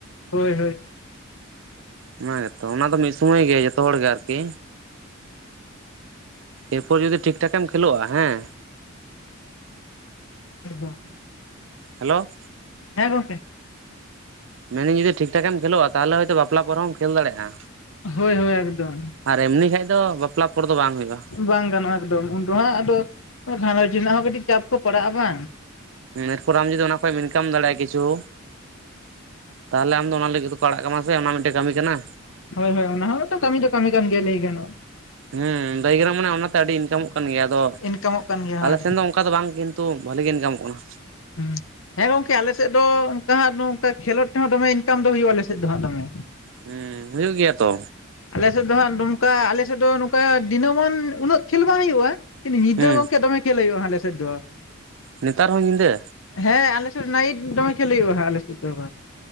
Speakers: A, on the left (about 70°); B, on the right (about 65°).
A: ᱦᱳᱭ ᱦᱳᱭ
B: ᱚᱱᱟ ᱜᱮᱛᱚ ᱚᱱᱟ ᱫᱚ ᱢᱤᱫ ᱥᱳᱢᱚᱭ ᱜᱮ ᱡᱚᱛᱚ ᱦᱚᱲ ᱜᱮ ᱟᱨᱠᱤ ᱮᱨᱯᱚᱨ ᱡᱩᱫᱤ ᱴᱷᱤᱠ ᱴᱷᱟᱠᱮᱢ ᱠᱷᱮᱞᱳᱜ-ᱟ ᱦᱮᱸ
A: <unintelligible>
B: ᱦᱮᱞᱳ
A: ᱦᱮᱸ ᱜᱚᱝᱠᱮ
B: ᱢᱮᱱᱟᱹᱧ ᱡᱩᱤ ᱴᱷᱤᱠ ᱴᱷᱟᱠᱮᱢ ᱠᱷᱮᱞᱳᱜ-ᱟ, ᱛᱟᱦᱚᱞᱮ ᱦᱚᱭᱛᱚ ᱵᱟᱯᱞᱟ ᱯᱚᱨ ᱦᱚᱸᱢ ᱠᱷᱮᱞ ᱫᱟᱲᱭᱟᱜᱼᱟ
A: ᱦᱳᱭ ᱦᱳᱭ ᱮᱠᱫᱚᱢ
B: ᱟᱨ ᱮᱢᱱᱤ ᱠᱷᱟ ᱫᱚ ᱵᱟᱯᱞᱟ ᱯᱚᱨ ᱫᱚ ᱵᱟᱝ ᱦᱩᱭᱩᱜᱼᱟ
A: ᱵᱟᱝ ᱜᱟᱱᱚᱜᱼᱟ ᱮᱠᱫᱚᱢ ᱩᱱ ᱫᱚ ᱦᱟᱸᱜ ᱟᱫᱚ ᱜᱷᱟᱨᱚᱸᱡᱽ ᱨᱮᱱᱟᱜ ᱦᱚᱸ ᱠᱟᱹᱴᱤᱡ ᱪᱟᱯ ᱠᱚ ᱯᱟᱲᱟᱜᱼᱟ ᱵᱟᱝ
B: ᱮᱨᱯᱚᱨ ᱟᱢ ᱡᱩᱚᱫᱤ ᱚᱱᱟ ᱠᱷᱚᱱᱚ ᱮᱢ ᱤᱱᱠᱟᱢᱟᱲᱮᱭᱟᱜᱼᱟ ᱠᱤᱷᱩ ᱛᱟᱦᱚᱞᱮ ᱟᱢ ᱫᱚ ᱚᱱᱟ ᱞᱟᱹᱜᱤᱫ ᱫᱚᱠᱚ ᱟᱲᱟᱜ ᱠᱟᱢᱟ ᱥᱮ ᱚᱱᱟ ᱢᱤᱫᱴᱮᱱ ᱠᱟᱹᱢᱤ ᱠᱟᱱᱟ
A: ᱦᱳᱭ ᱦᱳᱭ ᱚᱱᱟ ᱦᱚᱸᱛᱚ ᱠᱟᱹᱢᱤ ᱫᱚ ᱠᱟᱹᱢᱤ ᱠᱟᱱ ᱜᱮᱭᱟ ᱞᱟᱹᱭ ᱜᱟᱱᱚᱜ
B: ᱦᱮᱸ ᱞᱟᱹᱭᱜᱟᱱᱚᱜ-ᱟ ᱢᱟᱱᱮ ᱚᱱᱟᱛᱮ ᱟᱹᱰᱤ ᱤᱱᱠᱟᱢᱚᱜ ᱠᱟᱱ ᱜᱮᱭᱟ ᱟᱫᱚ
A: ᱤᱱᱠᱟᱢᱚᱜ ᱠᱟᱱ ᱜᱮᱭᱟ
B: ᱟᱞᱮ
A: ᱦᱮ
B: ᱥᱮᱱ ᱫᱚ ᱚᱱᱠᱟ ᱫᱚ ᱵᱟᱝ ᱠᱤᱱᱛᱩ ᱵᱷᱟᱹᱞᱤ ᱜᱮ ᱤᱱᱠᱟᱢᱚᱜ ᱠᱟᱱᱟ
A: ᱦᱩ ᱦᱮᱸ ᱜᱚᱝᱠᱮ ᱟᱞᱮ ᱥᱮᱫ ᱫᱚ ᱚᱱᱠᱟ ᱦᱜ ᱱᱚᱝᱠᱟ ᱠᱷᱮᱞᱳᱰ ᱛᱮᱦᱚᱸ ᱫᱚᱢᱮ ᱤᱱᱠᱟᱢ ᱫᱚ ᱦᱩᱭᱩᱜᱼᱟ ᱟᱞᱮ ᱥᱮᱫ ᱫᱚᱜ ᱫᱚᱢᱮ
B: ᱦᱩᱸ ᱦᱩᱭᱩᱜ ᱜᱮᱭᱟ ᱛᱚ
A: ᱟᱞᱮ ᱥᱮᱫ ᱫᱚ ᱦᱟᱜ ᱱᱚᱝᱠᱟ ᱟᱞᱮ ᱥᱮᱫ ᱫᱚ ᱱᱚᱝᱠᱟ ᱫᱤᱱᱟᱹᱢᱟᱱ ᱩᱱᱟᱹᱜ ᱠᱷᱮᱞ ᱵᱟᱝ ᱦᱩᱭᱩᱜᱼᱟ ᱧᱤᱫᱟᱹ
B: ᱦᱩᱸ
A: ᱜᱚᱢᱠᱮ ᱫᱚᱢᱮ ᱠᱷᱮᱞ ᱦᱩᱭᱩᱜᱼᱟ ᱟᱞᱮ ᱥᱮᱫ ᱫᱚ
B: ᱱᱮᱛᱟᱨ ᱦᱚᱸ ᱧᱤᱫᱟᱹ
A: ᱦᱮᱸ ᱟᱞᱮᱥᱮᱫ ᱱᱟᱭᱤᱴ ᱫᱚᱢᱮ ᱠᱷᱮᱞ ᱦᱩᱭᱩᱜᱼᱟ ᱦᱟᱜ ᱟᱞᱮᱥᱮᱫ ᱫᱚ ᱟᱵᱟᱨ